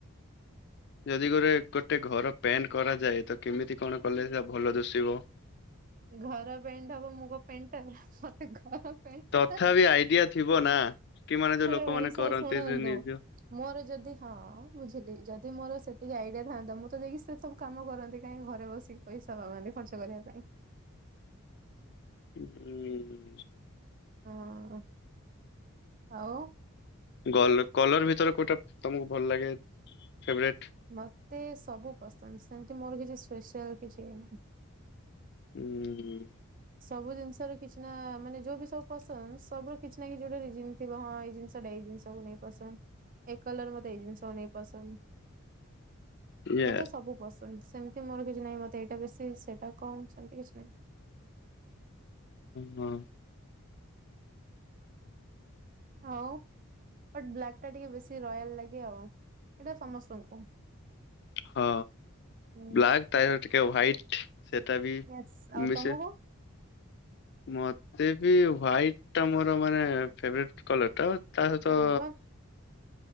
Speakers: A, on the left (about 50°); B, on the right (about 40°).
A: ଯଦି ଗୋଟ ଗୋଟେ ଘର ପ୍ୟାଣ୍ଟ କରାଯାଏ ତ କେମିତି କଣ କଲେ ତା ଭଲ ଦୋଷିବ?
B: ଘର ପେଣ୍ଟ ହବ ମୁଁ କଣ ପେଣ୍ଟର ମତେ ଘର ପେଣ୍ଟ
A: ତଥାପି
B: କଥା
A: ଆଇଡିଆ ଥିବ ନା କି ମାନେ ଯୋଉ
B: ଆରେ
A: ଲୋକମାନେ
B: ଭାଇ ସା
A: କରନ୍ତି
B: ଶୁଣନ୍ତୁ
A: ନିଜ
B: ମୋର ଯଦି ହଁ ବୁଝିଲି ଯଦି ମୋର ସେତିକି ଆଇଡିଆ ଥାଆନ୍ତା ମୁଁ ତ ଯାଇକି ସେ ସବୁ କାମ କରନ୍ତି କାହିଁ ଘରେ ବସିକି ପଇସା ପାଆନ୍ତି ଖର୍ଚ୍ଚ କରିବା ପାଇଁ।
A: ହୁଁ।
B: ହଁ ଆଉ?
A: ଗ କଲର ଭିତରେ କଉଟା ତମକୁ ଭଲ ଲାଗେ ଫେବରେଟ?
B: ମତେ ସବୁ ପସନ୍ଦ ସେମିତି ମୋର କିଛି ସ୍ପେଶାଲ କିଛି ନାହିଁ।
A: ହୁଁ।
B: ସବୁ ଜିନିଷ ର କିଛି ନା ମାନେ ଯୋଉ ବି ସବୁ ପସନ୍ଦ ସବୁ କିଛି ନା କିଛି ଗୋଟେ ରିଯିନ ଥିବ ହଁ ଏଇ ଜିନିଷଟା ଏଇ ଜିନିଷକୁୁ ନେଇ ପସନ୍ଦ। ଏ କଲର ମତେ ଏଇ ଜିନିଷକୁ ନେଇ ପସନ୍ଦ
A: ଇଏ
B: ମତେ ସବୁ ପସନ୍ଦ। ସେମିତି ମୋର କିଛି ନାହିଁ ମତେ ଏଇଟା ବେଶୀ ସେଇଟା କମ ସେମିତି କିଛି ନାହିଁ।
A: ହଁ।
B: ଆଉ? ବଟ୍ ବ୍ଲାକ୍ ଟା ଟିକେ ବେଶୀ ରୟାଲ ଲାଗେ ଆଉ ଏଇଟା ସମସ୍ତଙ୍କୁ।
A: ହଁ
B: ହୁଁ।
A: ବ୍ଲାକ୍ ତା ଟିକେ ହୋଆଇଟ୍ ସେଟା ବି
B: ୟେସ୍ ଆଉ
A: ମିସେ।
B: ତମକୁ
A: ମତେ ବି ହ୍ାଇଟ ଟା ମୋର ମାନେ ଫେବେରେଟ କଲର ଟା। ତା ସହିତ
B: ଆରେ ବା